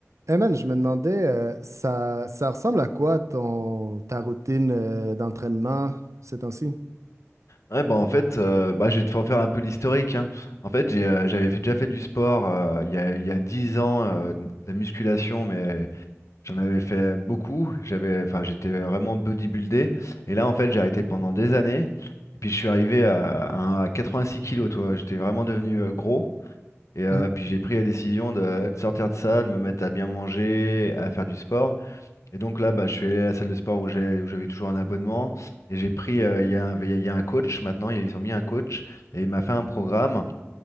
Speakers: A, on the right; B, on the left.
A: Hey man, je me demandais, euh, ça, ça ressemble à quoi ton, ta routine euh, d'entraînement ces temps-ci?
B: Ouais, bah en fait, euh, bah, je vais te faire faire un peu l'historique, hein. En fait, j'ai, euh, j'avais fait- déjà fait du sport euh, il y a, il y a 10 ans, euh, de la musculation, mais j'en avais fait beaucoup. J'avais, enfin, j'étais vraiment bodybuildé. Et là, en fait, j'ai arrêté pendant des années. Et puis, je suis arrivé à, à- un- à 86 kilos, toi. J'étais vraiment devenu euh, gros. Et euh,
A: Mhm.
B: puis, j'ai pris la décision de, de sortir de ça, de me mettre à bien manger, à faire du sport. Et donc là, bah, je suis allé à la salle de sport où j'ai- où j'avais toujours un abonnement. Et j'ai pris, euh, il y a un, il y a un coach maintenant, ils ont mis un coach. Et il m'a fait un programme.